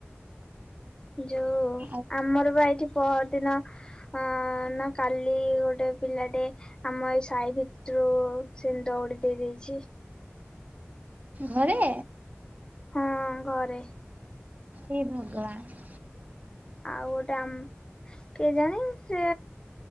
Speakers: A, on the left (about 20°); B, on the right (about 35°).
A: ଯଉ
B: ଆଉ
A: ଆମର ବା ଏଇଠି ପର୍ ଦିନ ଅଁ- ନା କାଲି ଗୋଟେ ପିଲାଟେ ଆମ ଏଇ ସାଇ ଭିତରୁ ସେମିତି ଦଉଡି ଦେଇ ଦେଇଚି
B: ଘରେ?
A: ହଁ ଘରେ।
B: ହେ ଭଗବାନ୍।
A: ଆଉ ଗୋଟେ ଆମ୍ କେଜାଣି ସେ